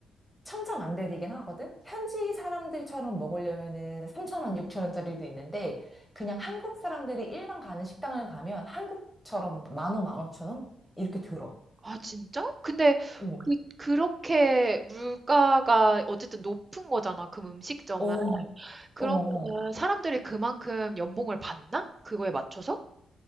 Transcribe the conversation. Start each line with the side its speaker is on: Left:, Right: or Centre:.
Centre: 천차만별이긴 하거든? 현지 사람들처럼 먹으려면은 3천원6천원짜리도 있는데, 그냥 한국 사람들이 일반 가는 식당을 가면 한국처럼 만 원, 만 오천 원? 이렇게 들어.
Right: 아 진짜? 근데
Centre: 어,
Right: 그 그렇게 물가가 어쨌든 높은 거잖아, 그 음식점은.
Centre: 어,
Right: 그러면은
Centre: 어.
Right: 사람들이 그만큼 연봉을 받나? 그거에 맞춰서?